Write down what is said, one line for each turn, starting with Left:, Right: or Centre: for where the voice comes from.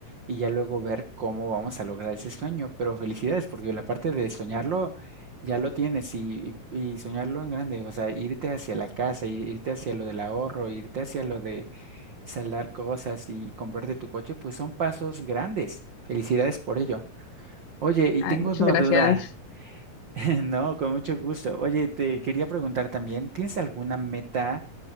Right: y ya luego ver cómo vamos a lograr ese sueño. Pero felicidades, porque la parte de soñarlo ya lo tienes y, y- y soñarlo en grande, o sea, irte hacia la casa, i- irte hacia lo del ahorro, irte hacia lo de saldar cosas y comprarte tu coche, pues son pasos grandes. Felicidades por ello. Oye, y
Left: Ay,
Right: tengo
Left: muchas
Right: una
Left: gracias.
Right: duda. <laughs> No, con mucho gusto. Oye, te quería preguntar también, ¿tienes alguna meta